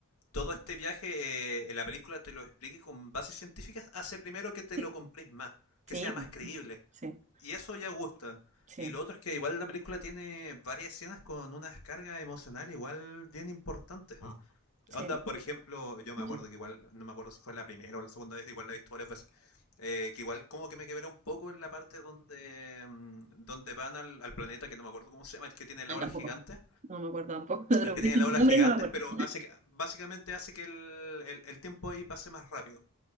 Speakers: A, on the left (about 80°); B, on the right (about 35°).
A: todo este viaje eh, en la película te lo explique con bases científicas, hace primero que te
B: <laughs>
A: lo compres más, que
B: Sí,
A: sea más creíble.
B: sí,
A: Y eso ya gusta.
B: sí,
A: Y lo otro es que igual la película tiene varias escenas con unas cargas emocionales igual bien importantes. Ah.
B: sí.
A: Onda, por ejemplo, yo me
B: Mucho.
A: acuerdo que igual, no me acuerdo si fue la primera o la segunda vez, igual la he visto varias veces, eh, que igual como que me quebré un poco en la parte donde, mm, donde van al, al planeta, que no me acuerdo cómo se llama, el que tiene la
B: Ah,
A: ola
B: tampoco.
A: gigante
B: No me acuerdo tampoco. <laughs> Otro
A: al que tiene la ola
B: nombre
A: gigantes,
B: no me acuerdo.
A: pero hace que, básicamente hace que el, el, el tiempo ahí pase más rápido.